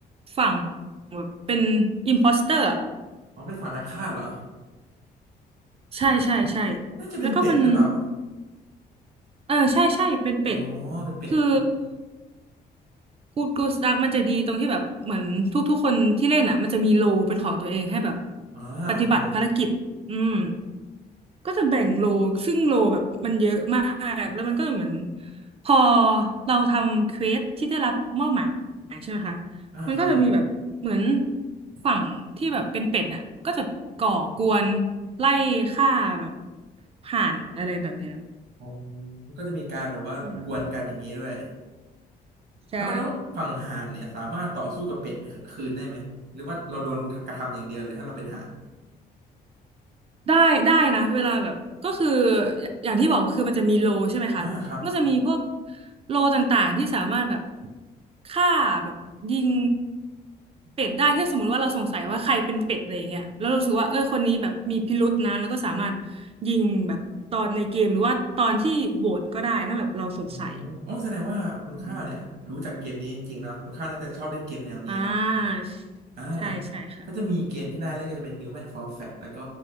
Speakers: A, on the right; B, on the right.
A: ฝั่งแบบเป็นอิมโพสเตอร์
B: อ๋อเป็นฝั่งนักฆ่าเหรอ
A: ใช่ใช่ใช่
B: น่าจะเป็นเป็ดหรือเปล่า
A: แล้วก็มันเออใช่ใช่เป็นเป็ด
B: อ๋อเป็นเป็ดอยู่
A: คือกูดกูสดักมันจะดีตรงที่แบบเหมือนทุกๆคนที่เล่นอ่ะมันจะมีโลเป็นของตัวเองให้แบบ
B: อ่าครับผม
A: ปฏิบัติภารกิจอืมก็จะแบ่งโลซึ่งโลแบบมันเยอะมาก แล้วมันก็เหมือนพอเราทำเควสที่ได้รับมอบหมายใช่ไหมคะ
B: อ่าครับผม
A: มันก็จะมีแบบเหมือนฝั่งที่แบบเป็นเป็ดน่ะก็จะก่อกวนไล่ฆ่าแบบห่านอะไรแบบเนี้ย
B: อ๋อมันก็จะมีการแบบว่ากวนกันอย่างนี้ด้วย
A: อืมใช่
B: แล้วแล้วฝั่งห่านเนี่ยสามารถต่อสู้กับเป็ดคืนได้ไหมหรือว่าเราโดนกระทำอย่างเดียวเลยถ้าเราเป็นห่าน
A: ได้ได้นะเวลาแบบก็คืออย่อย่างที่บอกคือมันจะมีโลใช่ไหมคะก็จะมีพวก
B: อ่าครับ
A: โลต่างๆที่สามารถแบบฆ่าแบบยิงเป็ดได้ถ้าสมมติว่าเราสงสัยว่าใครเป็นเป็ดอะไรอย่างเงี้ยแล้วเรารู้สึกว่าเออคนนี้แบบมีพิรุษนะแล้วก็สามารถยิงแบบตอนในเกมหรือว่าตอนที่โหวตก็ได้ถ้าแบบเราสงสัย
B: อืมโอ้แสดงว่าคุณข้าวเนี่ยรู้จักเกมนี้จริงๆเนาะคุณข้าวน่าจะชอบเล่นเกมแนวนี้เนาะ
A: อืมอ่า
B: อ่า
A: ใช่ใช่ค่ะ
B: ก็จะมีเกมที่น่าเล่นก็จะเป็น Human for Fat แล้วก็